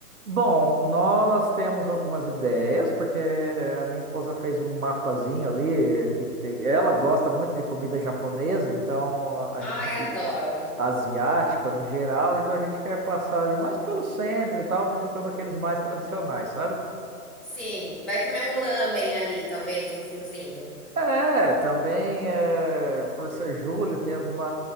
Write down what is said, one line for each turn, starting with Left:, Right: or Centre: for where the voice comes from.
Right: Bom, nós temos algumas ideias, porque eh, a minha esposa fez um mapazinho ali, eh, que tem- ela gosta muito de comida japonesa, então a gente,
Centre: Ai, adoro.
Right: asiática no geral, então a gente quer passar ali mais pelo centro e tal, visitando aqueles mais tradicionais, sabe?
Centre: Sim, vai comer um lamen ali, talvez, no friozinho.
Right: É, também é, por ser julho, tem alguma,